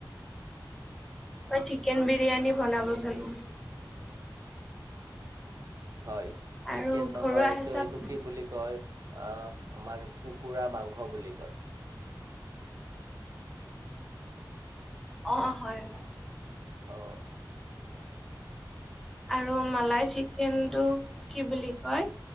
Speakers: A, in the centre; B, on the right.
A: মই চিকেন বিৰিয়ানী বনাব জানো
B: হয় চিকেন
A: আৰু
B: নহয়
A: ঘৰুৱা
B: এইটো
A: হিচাপ
B: এইটো কি বুলি কয় আমাৰ কুকুৰা মাংস বুলি কয়
A: অ হয় হয় <unintelligible>
B: অ
A: আৰু মালাই চিকেনটো কি বুলি কয়